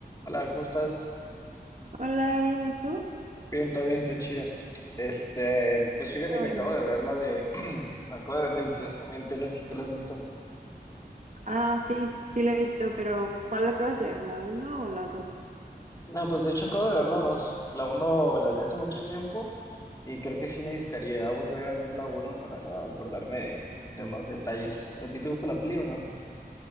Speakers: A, on the left; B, on the right.
A: Hola, ¿cómo estás?
B: Hola, bien, ¿y tú?
A: Bien, todo bien, todo chido. Este, pues fíjate
B: Ah,
A: que
B: Bueno,
A: acabo de verla de, <clears throat> acabo de verla intensamente, no sé si tú la has visto.
B: Ah, sí, sí la he visto, pero ¿cuál acabas de ver? ¿La uno o la 2?
A: No, pues de hecho acabo de verla dos. La uno la vi hace mucho tiempo y creo que sí necesitaría volver a ver la uno para acordarme de, de más detalles. ¿A ti te gusta la peli o no?